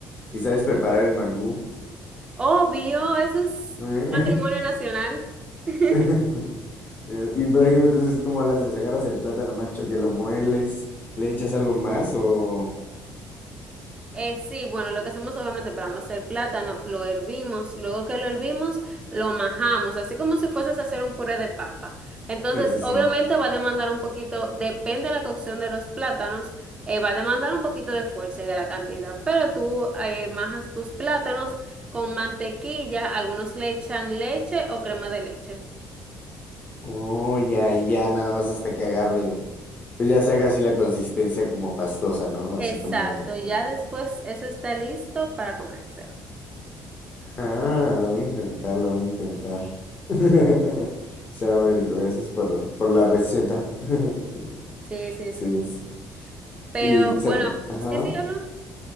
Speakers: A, on the left; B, on the right.
A: ¿Y
B: Sí.
A: sabes preparar el mangú?
B: Obvio, eso es
A: Eh,
B: patrimonio nacional. <laughs>
A: <laughs> Eh, Y por ejemplo, entonces, ¿cómo las haces? ¿Agarras el plátano macho que lo mueles? ¿Le echas algo más o...?
B: Eh, sí, bueno, lo que hacemos obviamente para no hacer plátano, lo hervimos, luego que lo hervimos, lo majamos, así como si fueses a hacer un puré de papa. Entonces,
A: Sí, sí, sí.
B: obviamente va a demandar un poquito, depende de la cocción de los plátanos, eh, va a demandar un poquito de fuerza y de la cantidad, pero tú eh, majas tus plátanos con mantequilla, algunos le echan leche o crema de leche.
A: Uy, ya, y ya, nada más hasta que agarre, pues ya se haga así la consistencia como pastosa, ¿no? Así
B: Exacto,
A: como de...
B: ya después eso está listo para comérselo.
A: Ah, lo voy a intentar, lo voy a intentar. <laughs> Será muy rico, gracias por, por la receta. <laughs>
B: Sí, sí,
A: Sí,
B: sí.
A: sí.
B: Pero
A: Y será,
B: bueno,
A: ajá.
B: sí, sí, hablo.